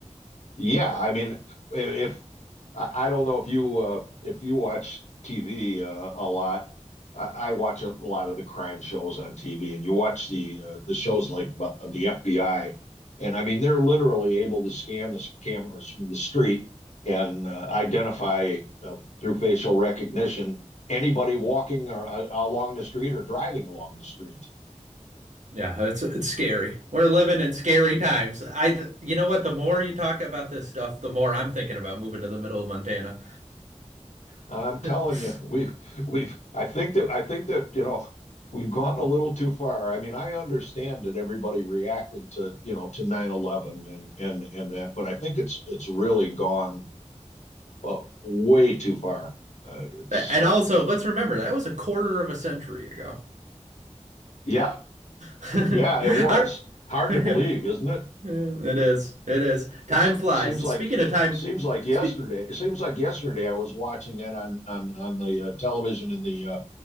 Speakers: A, on the left; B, on the right.
A: Yeah, I mean, i- if I, I don't know if you uh, if you watch TV uh, a lot, I, I watch a lot of the crime shows on TV, and you watch the uh, the shows like bu- of the FBI, and I mean they're literally able to scan the s- cameras from the street and uh, identify uh, through facial recognition anybody walking or uh, along the street or driving along the street.
B: Yeah, it's it's scary. We're living in scary times. I you know what, the more you talk about this stuff, the more I'm thinking about moving to the middle of Montana.
A: I'm telling
B: <laughs>
A: you, we've we've I think that I think that, you know, we've gone a little too far. I mean, I understand that everybody reacted to, you know, to nine eleven and and and that, but I think it's it's really gone uh, way too far. Uh, it's
B: And also, let's remember that was a quarter of a century ago.
A: yep,
B: <laughs>
A: yeah, it
B: I
A: was hard
B: <laughs>
A: to believe, isn't it?
B: Mm, It is. It is.
A: It's
B: Time flies.
A: it seems
B: And
A: like
B: speaking of time,
A: seems like yesterday.
B: speak.
A: It seems like yesterday I was watching that on on on the uh, television in the uh,